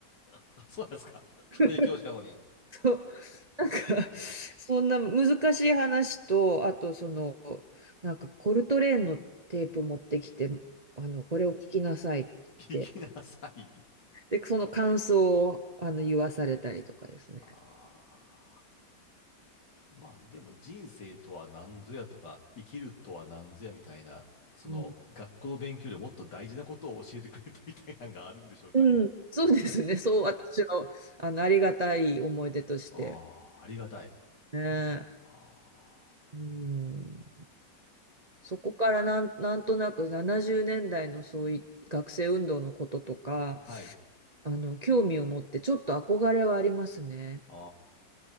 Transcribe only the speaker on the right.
<laughs>
そう、なんか、そんな難しい話と、あとその、なんかコルトレーンのテープ持ってきて、あの、
これを聞きなさいって言って、
で、その感想をあの言わされたりとかですね。
うん。うんそうですね。そう、私は、あの、ありがたい思い出として。
ね。
うん。そこからなん、なんとなく70年代のそういう学生運動のこととか、
あの、興味を持ってちょっと憧れはありますね。